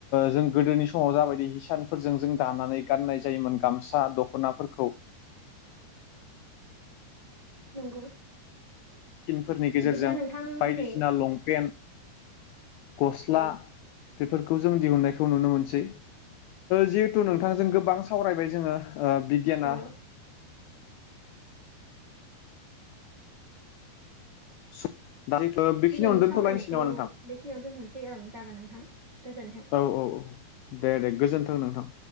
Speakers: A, on the left; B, on the right.
A: जों गोदोनि समाव जाबायदि हिसानफोरजों जों दानानै गाननाय जायोमोन गामसा दख'नाफोरखौ
B: नंगौ?
A: थटिनफोरनि गेजेरजों
B: बिदिब्ला नोंथां
A: बायदिसिना
B: दिनै
A: लंपेन्ट गस्ला
B: औ
A: बेफोरखौ जों दिहुननायखौ नुनो मोनसै जिहेथु नोंथांजों गोबां सावरायबाय जोङो बिगियाना
B: औ
A: स दा जिथु बेखिनि
B: दिनैनि
A: अ दोनथ'लायनोसै
B: सावरायनायखौ
A: नामा नोंथां
B: बेखिनियावनो दोनथ'नोसै ओं जागोन नोंथां गोजोन्थों
A: औ औ औ। दे दे गोजोन्थों नोंथां।